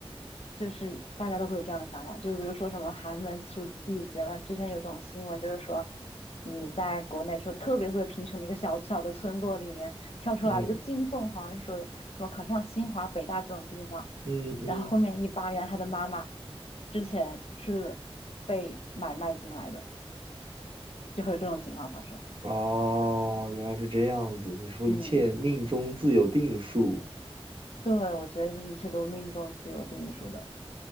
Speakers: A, on the left (about 80°); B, on the right (about 60°).
A: 就是大家都会有这样的想法，就比如说什么寒门出弟子，然后之前有这种新闻，就是说你在国内说特别特别贫穷的一个小小的村落里面跳出来了一个金凤凰，
B: 嗯
A: 说什么考上清华、北大这种地方，
B: 嗯嗯，
A: 然后后面一扒，原来他的妈妈之前是被买卖进来的，就会有这种情况发生。
B: 哦，原来是这样子。你说一切命中自有定数，
A: 嗯，对，我觉得这一切都是命中自有定数的。